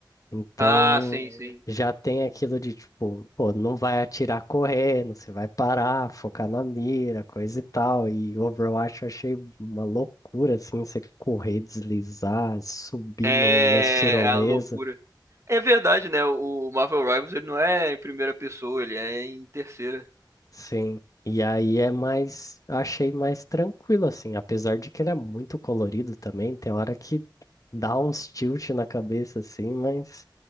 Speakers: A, on the left; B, on the right.
A: Então,
B: Ah, sim, sim.
A: já tem aquilo de tipo, pô, não vai atirar correndo, você vai parar, focar na mira, coisa e tal. E Overwatch eu achei uma loucura, assim, você correr, deslizar, subir
B: É,
A: no, nas tirolesas.
B: é a loucura. É verdade, né? O Marvel Rivals ele não é em primeira pessoa, ele é em terceira.
A: Sim. E aí é mais, achei mais tranquilo assim, apesar de que ele é muito colorido também, tem hora que dá uns tilt na cabeça assim, mas